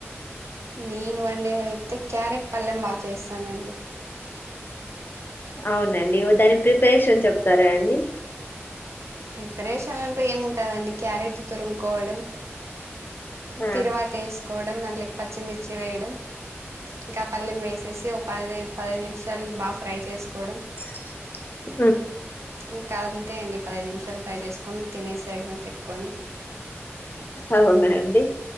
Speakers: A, on the right; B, on the left.
A: నేను వండేది అయితే క్యారెట్ పళ్లెం బాగా చేస్తానండి
B: అవునండి దాని ప్రిపరేషన్ చెప్తారాండి
A: ప్రిపరేషన్ అంటూ ఏముంటదండీ క్యారెట్ తురుముకోవడం
B: ఆ
A: తిరువాత ఏసుకోవడం దాంట్లేకి పచ్చిమిర్చి వేయడం ఇంకా ఆ పల్లెం వేసేసి ఒక పదైదు పదైదు నిమిషాలు బాగా ఫ్రై చేసుకోవడం
B: చీక్
A: ఇకా అంతే అండి దైదు నిమిషాలు ఫ్రై చేసుకొని తినేసేయడమే పెట్టుకొని
B: అవునా అండి